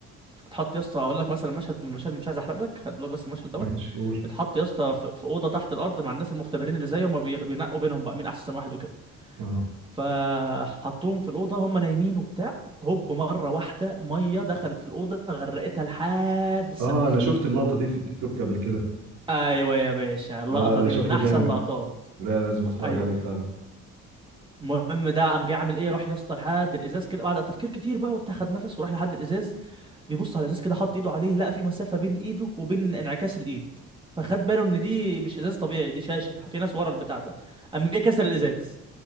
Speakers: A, on the right; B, on the right.
A: اتحط يا اسطى هقول لك مثلا مشهد من المشاهد مش عايز احرق لك هقول لك بس المشهد دوت
B: ماشي قول
A: اتحط يا اسطى في في اوضه تحت الارض مع الناس المختبرين اللي زيه هما بي- بينقوا بينهم بقى مين احسن واحد وكده
B: اه
A: فحطوهم في الاوضه هما نايمين وبتاع هوب مره واحده ميه دخلت في الاوضه غرقتها لحد السقف
B: اه انا شفت اللقطه دي في التيك توك قبل كده
A: ايوه يا باشا اللقطه
B: اه
A: دي
B: ده شكله
A: من احسن
B: جامد
A: لقطات
B: لا لازم اتفرج
A: ايوه
B: عليه فعلا
A: المهم ده قام جاي عامل ايه راح يا اسطى لحد الازاز كده بعد تفكير كتير بقى وبتاع خد نفس وراح لحد الازاز بيبص على الازاز كده حط ايده عليه لقى في مسافه بين ايده وبين انعكاس الايد فخد باله ان دي مش ازاز طبيعي دي شاشه في ناس ورا البتاع ده قام جاي كسر الازاز